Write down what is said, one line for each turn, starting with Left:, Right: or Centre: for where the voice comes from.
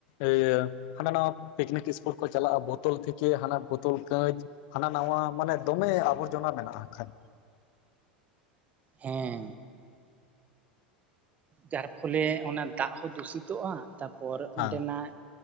Left: ᱤᱭᱟᱹ ᱦᱟᱱᱟ ᱱᱟᱣᱟ ᱯᱤᱠᱱᱤᱠ ᱥᱯᱚᱴ ᱠᱚ ᱪᱟᱞᱟᱜᱼᱟ ᱵᱳᱛᱚᱞ ᱛᱷᱮᱠᱮ ᱦᱟᱱᱟ ᱵᱳᱛᱚᱞ ᱠᱟᱸᱪ ᱦᱟᱱᱟ ᱱᱟᱣᱟ ᱢᱟᱱᱮ ᱫᱚᱢᱮ ᱟᱵᱚᱨᱡᱚᱱᱟ ᱢᱮᱱᱟᱜᱼᱟ ᱠᱷᱟᱡ᱾
Right: ᱦᱮᱸ ᱡᱟᱨ ᱯᱷᱚᱞᱮ ᱚᱱᱟ ᱫᱟᱜ ᱦᱚᱸ ᱫᱩᱥᱤᱛᱚᱜᱼᱟ᱾ ᱛᱟᱯᱚᱨ
Left: ᱦᱮᱸ
Right: ᱚᱸᱰᱮᱱᱟᱜ